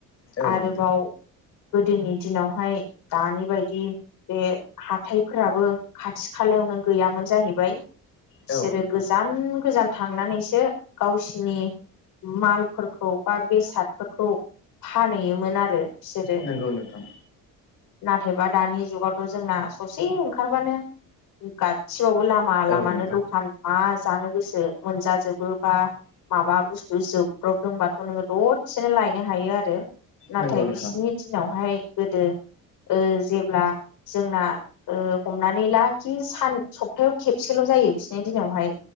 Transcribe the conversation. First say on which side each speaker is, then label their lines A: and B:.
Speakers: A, on the left (about 40°); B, on the left (about 65°).
A: औ
B: आरोबाव
A: नोंथां
B: गोदोनि दिनावहाय दानि बायदि बे हाथायफोराबो खाथि-खालायाव नो गैयामोन जाहैबाय बिसोरो
A: औ नों
B: गोजान गोजान थांनानैसो गावसिनि मालफोरखौ बा बेसादफोरखौ फानहैयोमोन आरो बिसोरो
A: नोंगौ नोंथां
B: नाथायबा दानि जुगावथ' जोंना ससे ओंखारबानो गासिबावबो लामा
A: औ
B: लामानो
A: नोंथां
B: दखान मा जानो गोसो मोनजाजोबो बा माबा बुस्थु जोबब्रबदोंबाथ' नोङो दसेनो लायनो हायो आरो नाथाय
A: नंगौ नोंथां
B: बिसिनि दिनावहाय गोदो जेब्ला जोंना हमनानै ला खि सान सपथायाव खेबसेल' जायो बिसिनि दिनावहाय